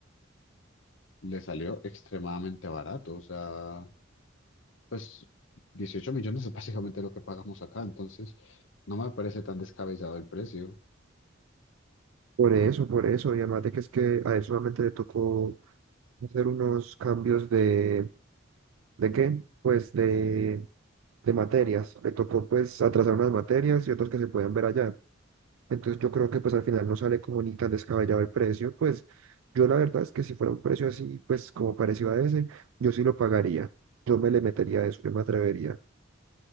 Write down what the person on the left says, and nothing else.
le salió extremadamente barato, o sea, pues 18 millones es básicamente lo que pagamos acá, entonces no me parece tan descabellado el precio.